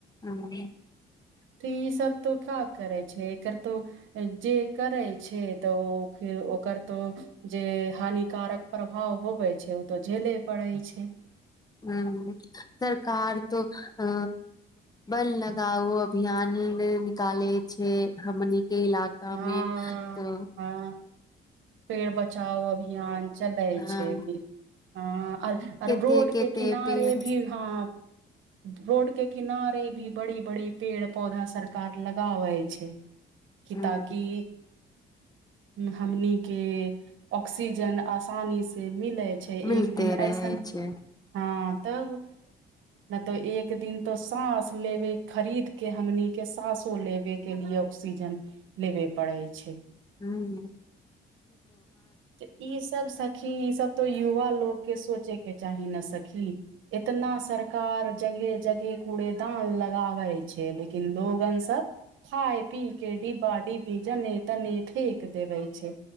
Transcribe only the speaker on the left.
हूँ
ह सरकार तऽ अ बन लग ओ अभियान निकाले छै हमनी के इलाका
मे त
हँ
कते
कते
पेड़
हूँ
मिलते
रहै
छै
हू